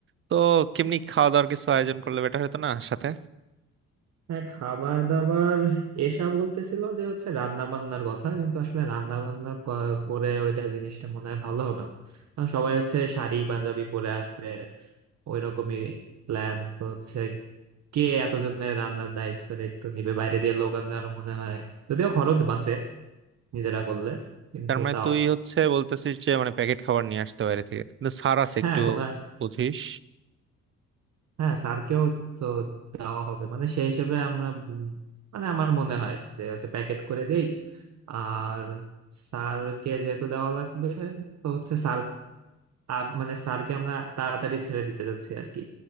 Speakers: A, on the right; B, on the right.
A: তো কেমনি খাওয়া দাওয়ার কিছু আয়োজন করলে বেটার হতো না সাথে
B: হ্যাঁ খাবার দাবার এসা বলতেছিল যে হচ্ছে রান্না বান্নার কথা কিন্তু আসলে রান্না বান্না ক- করে ওইটা জিনিসটা মনে হয় ভালো হবে না কারণ সবাই হচ্ছে শাড়ি পাঞ্জাবি পরে আসবে ওইরকমই প্ল্যান তো হচ্ছে কে এতজনের রান্নার দায়িত্ব দায়িত্ব নিবে বাইরে দিয়ে লোক আনলে আরো মনে হয় যদিও খরচ বাঁচে নিজেরা করলে কিন্তু
A: তার মানে
B: তাও
A: তুই হচ্ছে বলতেছিস যে মানে প্যাকেট খাবার নিয়ে আসতে বাইরে থেকে কিন্তু ছাড় আছে
B: হ্যাঁ
A: একটু
B: কোনো
A: বুঝিস
B: হ্যাঁ স্যারকেও তো দেওয়া হবে মানে সেই হিসেবে আমরা উম, মানে আমার মনে হয় যে হচ্ছে প্যাকেট করে দেই আর স্যারকে যেহেতু দেওয়া লাগবে তো হচ্ছে স্যার আপ- মানে স্যারকে আমরা তাড়াতাড়ি ছেড়ে দিতে যাচ্ছি আর কি